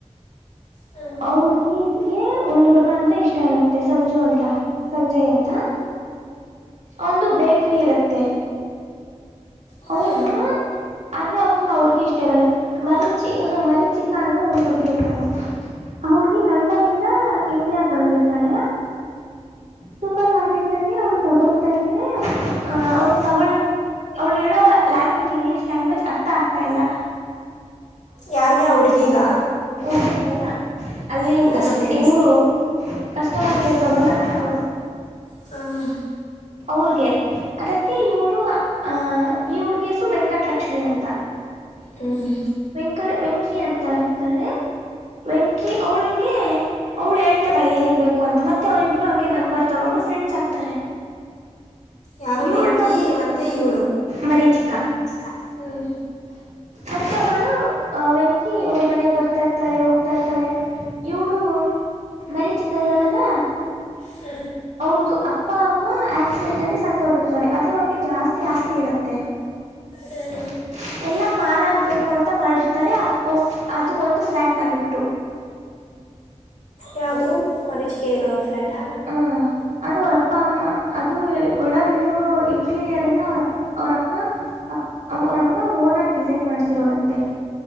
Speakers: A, on the left; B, on the right.
A: ಹ್ಞೂ ಹ್ಞೂ
B: ಆ ಹುಡ್ಗಿಗೆ ಒಂದ್ ಹುಡುಗ ಅಂದ್ರೆ ಇಷ್ಟ ಇರುತ್ತೆ ಸಂಜು ಅಂತ ಸಂಜಯ್ ಅಂತ ಒಂದು ಬೇಕರಿ ಇರತ್ತೆ
A: ಹ್ಞೂ
B: ಅವನು ಆದ್ರೆ ಅವನ್ಗ ಆ ಹುಡ್ಗಿ ಇಷ್ಟ ಇರಲ್ಲ ಮರೀಚಿ ಹ ಮರೀಚಿಕನ್ನು ಒಂದ್ ಹುಡ್ಗಿ ಇರ್ತಾಳೆ ಆ ಹಡ್ಗಿ ಲಂಡನ್ ಇಂದ ಇಂಡಿಯಾಗ ಬಂದಿರ್ತಾಳೆ ಸೂಪರ್ ಮಾರ್ಕೆಟ್ ಅಲ್ಲಿ ಅವ್ಳ ತಗೊತಾ ಇದ್ರೆ ಅ ಅವ್ಳಗ್ ತಗೊಳಕ್ ಅವ್ಳು ಹೇಳೋ ಲ್ಯಾಂಗ್ವೇಜ್ ಇಂಗ್ಲಿಷ್ ಲ್ಯಾಂಗ್ವಜ್ ಅರ್ಥ ಆಗ್ತಾ ಇಲ್ಲ
A: ಯಾರಗೆ ಆ ಹುಡುಗಿಗ
B: ಹುಡಗಿಗಳ ಅಲ್ಲಿ
A: ಹುಡುಗಾಗೆ
B: ಕಸ್ ಇವರು ಕಸ್ಟಮರ್ ಕೇರ್ ತಗೊಂಡಾರಲ್ಲ ಅವರು
A: ಹ ಹ
B: ಅವ್ರಗೆ ಅದಕ್ಕೆ ಈ ಹುಳು ಅಹ ಈ ಹುಡ್ಗ ಹೆಸರು ವೆಂಕಟಲಕ್ಷ್ಮಿ ಅಂತ <unintelligible>
A: ಹ್ಮ್
B: ವೆಂಕ ವೆಂಕಿ ಅಂತ ಇರ್ತಾರೆ ವೆಂಕಿ ಅವಳಗೆ ಅವಳು ಹೇಳ್ತ ಾಳೆ ಏನೇನ್ ಬೇಕು ಅಂತ ಮತ್ತೆ ಅವರಿಬ್ರು ಹಂಗೆ ನಂಬರ್ ತಗೊಂಡು ಫ್ರೆಂಡ್ಸ್ ಆಗ್ತಾರೆ
A: ಯಾರು ವೆಂಕಿ
B: ಏಳ್ ಮನ್
A: ಮತ್ತೆ ಇವಳು
B: ಮರೀಚಿಕ
A: ಹ್ಮ
B: ಅತ್ತ ಅವಳು ಆ ವೆಂಕಿ ಅವ್ರ ಮನೆಗೆ ಬರ್ತಾರ್ತ ತಾಳೆ ಹೋಗ್ತಾ ಇರ್ತಾಳೆ ಇವಳು ಬರೀ ಚಿಕ್ಕ ಇದ್ದಾಳಲ್ಲ
A: ಹ್ಞೂ
B: ಅವ್ರ್ದು ಅಪ್ಪ ಅಮ್ಮ ಆಕ್ಸಿಡೆಂಟ್ ಅಲ್ಲಿ ಸತ್ತ ಹೋಗಿರ್ತಾರೆ ಆದ್ರೆ ಅವ್ರಿಗೆ ಜಾಸ್ತಿ ಆಸ್ತಿ ಇರತ್ತೆ
A: ಹ್ಞೂ
B: <unintelligible> <inaudible> ಎಲ್ಲ ಮಾರಾಗಬೇಕು ಅಂತ ಮಾಡಿರ್ತಾಳೆ ಅದು ಒಂದು ಫ್ಲಾಟ್ ಟ್ಟೋ
A: ಯಾವವು್ದೋ ಮರೀಚೆಗೆ ಇರ ಫ್ಲಾಟ್
B: ಹ ಅದು ಅವರಪ್ಪ ಅಮ್ಮ ಅದು ಒಳಗಿರೋ ಇಂಟೀರಿಯರ್ ಎಲ್ಲ ಅವರ ಅವರಮ್ಮ ಅ ಅವ್ರಮ್ಮ ಓನ ಆಗ ಡಿಸೈನ್ ಮಾಡ್ಸಿರೋದಂತೆ